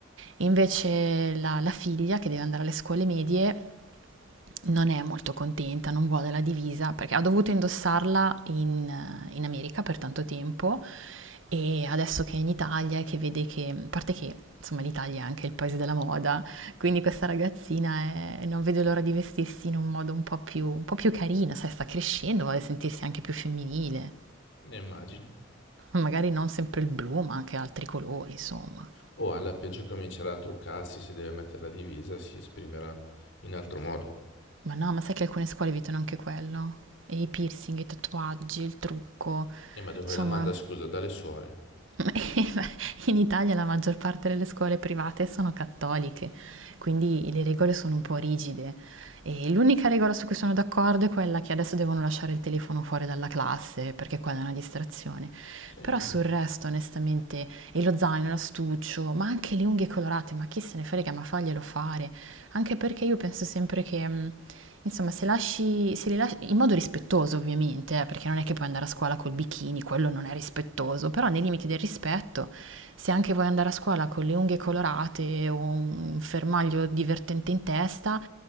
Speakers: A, on the right; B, on the left.
A: Invece la, la figlia che deve andare alle scuole medie non è molto contenta, non vuole la divisa perché ha dovuto indossarla in, eh, in America per tanto tempo e adesso che è in Italia e che vede che, a parte che insomma l'Italia è anche il paese della moda, quindi questa ragazzina è- non vede l'ora di vestirsi in un modo un po' più, un po' più carino, sai, sta crescendo, vuole sentirsi anche più femminile,
B: Ne immagino.
A: magari non sempre il blu ma anche altri colori, insomma.
B: O alla peggio comincerà a truccarsi, se deve mettere la divisa si esprimerà in altro modo.
A: Ma no, ma sai che alcune scuole evitano anche quello? E i piercing, i tatuaggi, il trucco,
B: E ma dove
A: insomma,
B: la manda, scusa, dalle suore?
A: <laughs> In Italia la maggior parte delle scuole private sono cattoliche, quindi le regole sono un po' rigide. E l'unica regola su cui sono d'accordo è quella che adesso devono lasciare il telefono fuori dalla classe perché quella è una distrazione.
B: Sì,
A: Però
B: va
A: sul
B: bene.
A: resto, onestamente, e lo zaino, l'astuccio, ma anche le unghie colorate, ma chi se ne frega, ma faglielo fare. Anche perché io penso sempre che mh, Insomma, se lasci, se li lasci in modo rispettoso ovviamente, eh, perché non è che puoi andare a scuola col bikini, quello non è rispettoso, però nei limiti del rispetto, se anche vuoi andare a scuola con le unghie colorate o un fermaglio divertente in testa,